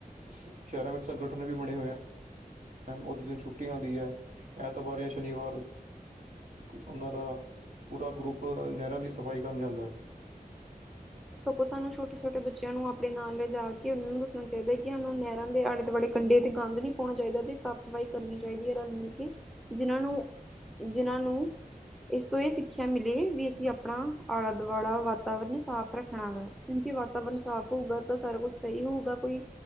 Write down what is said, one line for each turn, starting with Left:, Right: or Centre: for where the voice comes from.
Right: ਸ਼ਹਿਰਾਂ ਵਿੱਚ ਸੰਗਠਨ ਵੀ ਬਣੇ ਹੋਏ ਹੈ। ਉਸਦੇ ਦਿਨ ਛੁੱਟੀ ਆਉਂਦੀ ਹੈ, ਐਤਵਾਰ ਜਾਂ ਸ਼ਨੀਵਾਰ। ਉਨ੍ਹਾਂ ਦਾ, ਪੂਰਾ ਗਰੁੱਪ ਨਹਿਰਾਂ ਦੀ ਸਫਾਈ ਕਰਨ ਜਾਂਦਾ ਹੈ।
Centre: ਸਗੋਂ ਸਾਨੂੰ ਛੋਟੇ -ਛੋਟੇ ਬੱਚਿਆਂ ਨੂੰ, ਆਪਣੇ ਨਾਲ ਲਿਜਾ ਕੇ ਉਹਨਾਂ ਨੂੰ ਦੱਸਣਾ ਚਾਹੀਦਾ ਹੈ, ਸਾਨੂੰ ਨਹਿਰਾਂ ਦੇ ਆਲੇੇ ਦੁਆਲੇ ਕੰਡੇ ਤੇ ਗੰਦ ਨੀ ਪਾਉਣਾ ਚਾਹੀਦਾ, ਤੇ ਸਾਫ਼ ਸਫ਼ਾਈ ਕਰਨੀ ਚਾਹੀਦੀ ਹੈ, ਰਲ -ਮਿਲ ਕੇ ਜਿਨਾਂ ਨੂੰ ਜਿਨਾਂ ਨੂੰ ਇਸ ਤੋਂ ਇਹ ਸਿੱਖਿਆ ਮਿਲੇ, ਵੀ ਅਸੀਂ ਆਪਣਾ ਆਲਾ ਦੁਆਲਾ ਵਾਤਾਵਰਨ ਸਾਫ਼ ਰੱਖ ਹਾਂ, ਕਿਉਂਕਿ ਵਾਤਾਵਰਨ ਸਾਫ਼ ਹੋਊਗਾ, ਤਾਂ ਸਾਰਾ ਕੁਛ ਸਹੀ ਹੋਊਗਾ, ਕੋਈ